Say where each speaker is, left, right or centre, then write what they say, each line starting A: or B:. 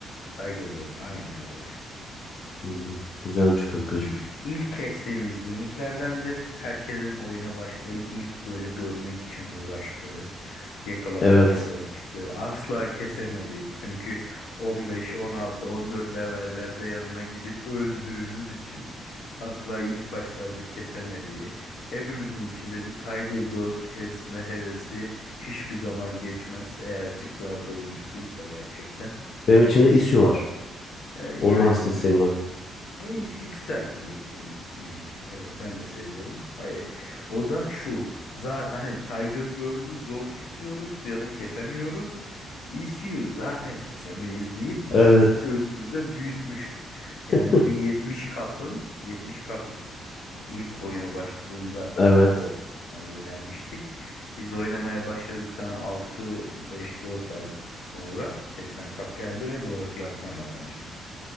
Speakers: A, on the left; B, on the left.
A: Tiger Girl, aynen öyle.
B: Hmm, güzelmiş kankacığım.
A: İlk, ilk kestiğimiz uniklerdendir. Herkesin oyuna başlayıp ilk böyle görmek için uğraştığı yakalamak
B: Evet.
A: için uğraştı. Asla kesemedi. Çünkü 15, 16, 14 levellerde yanına gidip öldüğümüz için asla ilk başlarda kesemediği, hepimizin içinde bir Tiger Girl kesme hevesi hiçbir zaman geçmez. Eğer Silk Road oyuncusuysa gerçekten.
B: Benim içimde İsyu var.
A: Ee, yani
B: Onun hastasıyım ben.
A: e, işi güzel bir em, ünik. Evet ben de seviyorum. Ay, o da şu. Zaten hani Tiger Girl'ü zor kesiyoruz ya da kesemiyoruz. ECU zaten kesemeyiz deyip
B: Evet.
A: gözümüzde büyütmüşüz.
B: <laughs>
A: Yani bu 70 kapın 70 kap ilk oyunu başladığında
B: Evet.
A: biz oynamaya yönelmiştik. Biz oynamaya başladıktan altı, beş, dört ay sonra 80 kap geldi ve Lord Yarkan'la tanıştık.